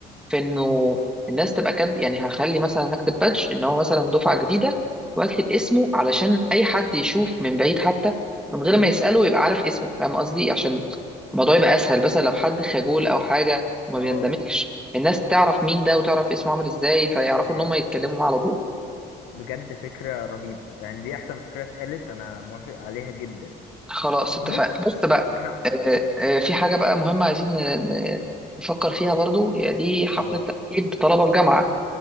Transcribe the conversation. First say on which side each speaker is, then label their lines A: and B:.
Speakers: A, in the centre; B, on the left.
A: في انه الناس تبقى كاتب يعني هخلي مثلا هكتب بادج ان هو مثلا دفعه جديده واكتب اسمه علشان اي حد يشوف من بعيد حتى من غير ما يساله يبقى عارف اسمه فاهم قصدي عشان الموضوع يبقى اسهل مثلا لو حد خجول او حاجه وما
B: اه
A: بيندمجش الناس تعرف مين ده وتعرف اسمه عامل ازاي فيعرفوا
B: هي
A: ان هم يتكلموا معاه على طول
B: بجد فكرة رهيبة يعني دي احسن فكرة اتقالت انا موافق عليها جدا
A: خلاص اتفقنا
B: وبص
A: بص بقى
B: احنا
A: آه، آه، في حاجه بقى مهمه عايزين ن- ن- نفكر فيها برضو هي دي حفله
B: خلاص
A: تاهيل طلبه في جامعه